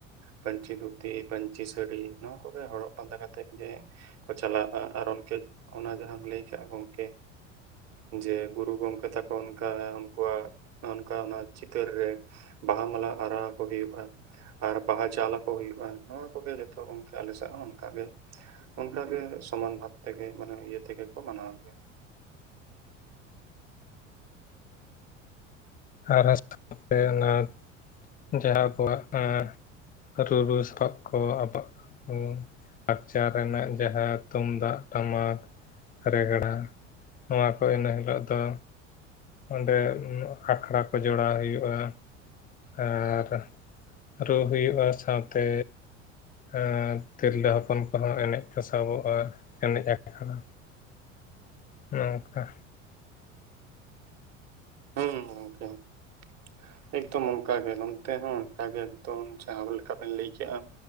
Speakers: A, on the right; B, on the left.
A: ᱯᱟᱹᱧᱪᱤ ᱫᱷᱩᱛᱤ ᱯᱟᱹᱧᱪᱤ ᱥᱟᱹᱲᱤ ᱱᱚᱣᱟ ᱠᱚ ᱦᱚᱨᱚᱜ ᱵᱟᱸᱫᱮ ᱠᱟᱛᱮᱜ ᱜᱮ ᱠᱚ ᱪᱟᱞᱟᱜᱼᱟ ᱚᱱᱟ ᱡᱟᱦᱟᱸᱢ ᱞᱟᱹᱭ ᱠᱟᱜ ᱜᱚᱢᱠᱮ ᱡᱮ ᱜᱩᱨᱩ ᱜᱚᱢᱠᱮ ᱛᱟᱠᱚ ᱚᱱᱠᱟ ᱩᱱᱠᱩᱣᱟᱜ ᱚᱱᱠᱟ ᱚᱱᱟ ᱪᱤᱛᱟᱹᱨ ᱨᱮ ᱵᱟᱦᱟ ᱢᱟᱞᱟ ᱟᱨᱟᱣ ᱟᱠᱚ ᱦᱩᱭᱩᱜᱼᱟ ᱟᱨ ᱵᱟᱦᱟ ᱪᱟᱞᱟᱠᱚ ᱦᱩᱭᱩᱜᱼᱟ ᱱᱚᱣᱟ ᱠᱚᱜᱮ ᱡᱚᱛᱚ ᱜᱚᱢᱠᱮ ᱟᱞᱮ ᱥᱮᱫ ᱦᱚᱸ ᱚᱱᱠᱟᱜᱮ ᱚᱱᱠᱟᱜᱮ ᱥᱚᱢᱟᱱ ᱵᱷᱟᱜᱽ ᱛᱮᱜᱮ ᱢᱟᱱᱮ ᱤᱭᱟᱹ ᱛᱮᱜᱮ ᱠᱚ ᱢᱟᱱᱟᱣ ᱜᱮᱭᱟ <inaudible>
B: <unintelligible> ᱡᱟᱦᱟᱸ ᱠᱚᱣᱟᱜ <unintelligible> ᱨᱩᱨᱩ ᱥᱟᱯᱟᱯ ᱠᱚ <unintelligible> ᱠᱟᱪᱟ ᱨᱮᱱᱟᱜ ᱡᱟᱦᱟᱸ ᱛᱩᱢᱫᱟᱜ ᱴᱟᱢᱟᱠ ᱨᱮᱜᱽᱲᱟ ᱱᱚᱣᱟ ᱠᱚ ᱤᱱᱟᱹ ᱦᱤᱞᱳᱜ ᱫᱚ ᱚᱸᱰᱮ ᱟᱠᱷᱲᱟ ᱠᱚ ᱡᱚᱲᱟᱣ ᱦᱩᱭᱩᱜᱼᱟ ᱟᱨ ᱨᱩ ᱦᱩᱭᱩᱜᱼᱟ ᱥᱟᱶᱛᱮ ᱟᱨ ᱛᱤᱨᱞᱟᱹ ᱦᱚᱯᱚᱱ ᱠᱚᱦᱚᱸ ᱮᱱᱮᱡ ᱠᱚ ᱥᱟᱵᱚᱜᱼᱟ ᱮᱱᱮᱡ ᱟᱠᱷᱲᱟ ᱱᱚᱝᱠᱟ
A: <unintelligible> ᱮᱠᱫᱚᱢ ᱚᱱᱠᱟᱜᱮ ᱱᱚᱱᱛᱮ ᱦᱚᱸ ᱚᱱᱠᱟᱜᱮ ᱮᱠᱫᱚᱢ ᱡᱟᱦᱟᱸ ᱞᱮᱠᱟᱵᱤᱱ ᱞᱟᱹᱭ ᱠᱮᱜᱼᱟ